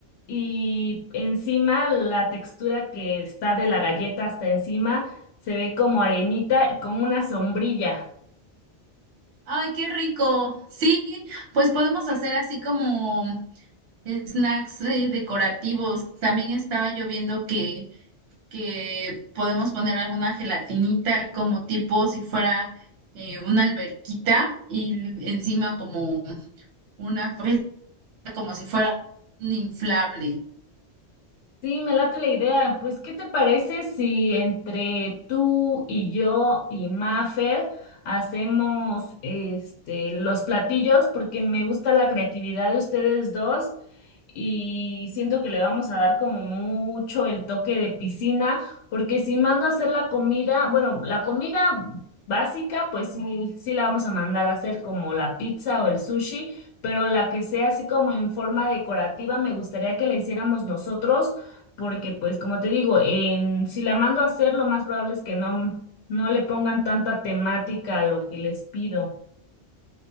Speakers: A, on the left (about 75°); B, on the right (about 65°).
A: y encima la textura que está de la galleta hasta encima se ve como arenita con una sombrilla.
B: Ay, qué rico. Sí, pues podemos hacer así como snacks eh, decorativos. También estaba yo viendo que, que podemos poner alguna gelatinita como tipo si fuera eh, una alberquita y encima como una fresa, como si fuera un inflable.
A: Sí, me late la idea. Pues, ¿qué te parece si entre tú y yo y Mafer hacemos este los platillos? Porque me gusta la creatividad de ustedes dos y siento que le vamos a dar como mucho el toque de piscina, porque si mando a hacer la comida, bueno, la comida básica, pues sí, sí la vamos a mandar a hacer como la pizza o el sushi, pero la que sea así como en forma decorativa, me gustaría que la hiciéramos nosotros porque pues como te digo, en, si la mando a hacer, lo más probable es que no, no le pongan tanta temática a lo que les pido.